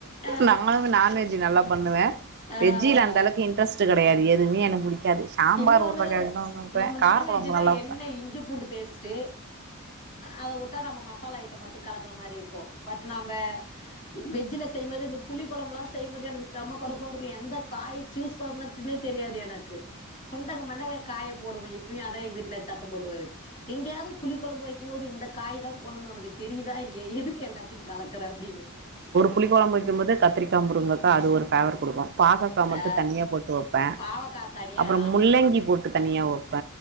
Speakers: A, on the left; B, on the right.
A: ஆ
B: நாங்களுமே நான்வெஜ் நல்லா பண்ணுவ
A: ஆமா
B: வெஜ்ஜூல அந்த அளவுக்கு இண்ட்ரெஸ்ட் கிடையாது எதுவுமே எனக்கு புடிக்காது சாம்பார்
A: இன்னொன்னு
B: உருளக்கெழங்குனா நல்லா வெப்பே
A: நம்ம
B: கார
A: நான்வெஜ்னா
B: கொழம்பு நல்லா வெப்பே
A: என்ன இஞ்சி பூண்டு பேஸ்ட் டு அத உட்டா நம்ம மசாலா ஐட்டம் மட்டு கலக்கற மாரி இருக்கு பட் நம்ப வெஜ்ல செய்யுபோது இந்த புளி கொழம்புலா செய்யுபோது எனக்கு செம்ம கடுப்பா இருக்கு எந்த காய சூஸ் பண்ணத் தே தெரியாது எனக்கு குண்டக மண்டக காய போடுவே இப்பயு அதா எங்க வீட்ல சத்த போடுவாரு எங்கேயாவது புளி கொழம்பு வக் கு போது இந்த காய் தா போட்னுன் உனக்கு தெரியுதா இல்லயா எதுக்கு எல்லாத்தையு கலக்குற அப்டின்னுவா
B: புளிக்க கொழம்பு வைக்கும்போது கத்திரிக்கா முருங்கக்கா அது ஒரு ஃபவர் குடுக்கு பாகக்கா
A: ஆ
B: மட்டு தனியா போட்டு வப்பே
A: பாவக்கா தனியா
B: அப்புறோ முள்ளங்கி போட்டு தனியா வப்